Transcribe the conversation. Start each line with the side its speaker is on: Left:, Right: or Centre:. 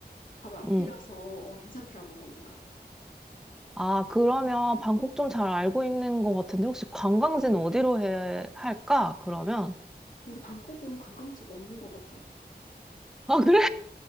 Left: 바로 앞이라서
Centre: 응,
Left: 어, 괜찮더라고 거기가.
Centre: 아, 그러면 방콕 좀 잘 알고 있는 것 같은데 혹시 관광지는 어디로 해 할까? 그러면
Left: 근데 방콕은 관광지가 없는 것 같아.
Centre: 아, 그래?